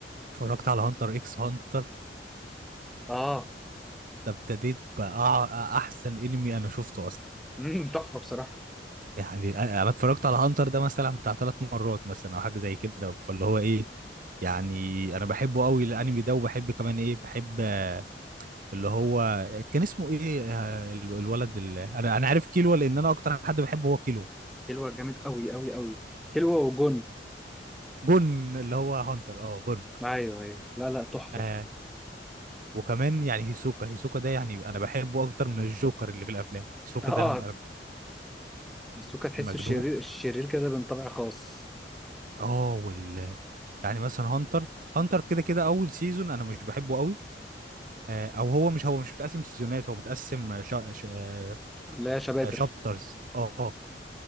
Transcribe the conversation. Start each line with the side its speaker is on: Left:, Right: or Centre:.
Right: اتفرجت على هانتر اكس هانتر
Centre: اه
Right: ده ابتديت بقى احسن انمي انا شفته اصلا
Centre: امم تحفه بصراحه
Right: يعني انا أنا اتفرجت على هانتر ده مثلا بتاع ثلاث مرات مثلا او حاجه زي كده فاللي هو ايه يعني انا بحبه قوي الانمي ده وبحب كمان ايه بحب آه، اللي هو كان اسمه ايه آه، ال- الولد اللي انا انا عارف كيلو لان انا اكتر حد بحبه هو كيلو
Centre: كيلوا جامد قوي قوي قوي كيلوا وجون
Right: جون اللي هو هانتر اه جون
Centre: ايوه ايوه لا لا تحفه
Right: آه وكمان يعني هيسوكا هيسوكا ده يعني انا بحبه اكتر من الجوكر اللي في الافلام هيسوكا
Centre: اه
Right: ده انا ببقى
Centre: ميسوكا تحسه
Right: مجنون
Centre: الشرير الشرير كده من طبع خاص
Right: اه وال يعني مثلا هانتر هانتر كده كده اول سيزون انا مش بحبه قوي آه او هو مش هو مش متقسم سيزونات هو متقسم شا... شا...
Centre: لا يا شباتر
Right: شابترز اه آه.